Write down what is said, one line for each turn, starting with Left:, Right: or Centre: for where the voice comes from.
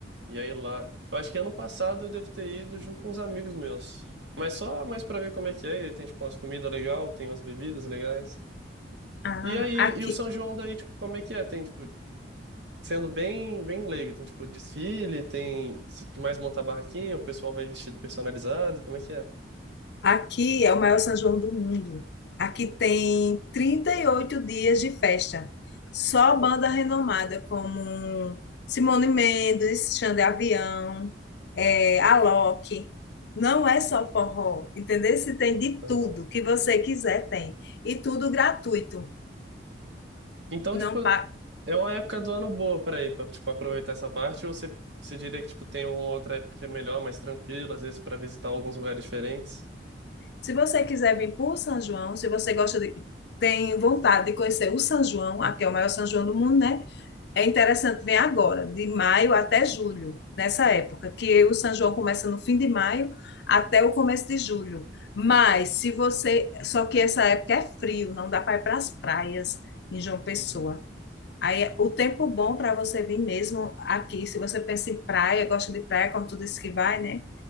Right: e aí lá. Eu acho que ano passado eu devo ter ido junto com uns amigos meus. Mas só mais pra ver como é que é. E aí tem, tipo, umas comidas legais, tem umas bebidas legais.
Left: Ah,
Right: E aí,
Left: aqui,
Right: e o São João daí, tipo, como é que é? Tem, tipo, sendo bem, bem leigo. Tem tipo desfile, tem se- de mais montar barraquinha, o pessoal vai vestido personalizado, como é que é?
Left: Aqui é o maior São João do mundo. Aqui
Right: Hum,
Left: tem 38 dias de festa. Só banda renomada como Simone Mendes, Xande Avião, é, Alok. Não é só forró, entendeu? Se tem de
Right: aham.
Left: tudo que você quiser, tem. E tudo gratuito.
Right: Então,
Left: Não
Right: tipo,
Left: pa...
Right: é uma época do ano boa para ir, para tipo aproveitar essa parte, ou você você diria que tipo tem uma outra época que é melhor, mais tranquila, às vezes para visitar alguns lugares diferentes?
Left: Se você quiser vir para o São João, se você gosta de... tem vontade de conhecer o São João, aqui é o maior São João do mundo, né? É interessante, vem agora, de maio até julho, nessa época, que o São João começa no fim de maio até o começo de julho. Mas se você. Só que essa época é frio, não dá para ir para as praias em João Pessoa.
Right: Uhum,
Left: Aí é o tempo bom para você vir mesmo aqui, se você pensa em praia, gosta de praia, como tu disse que vai, né?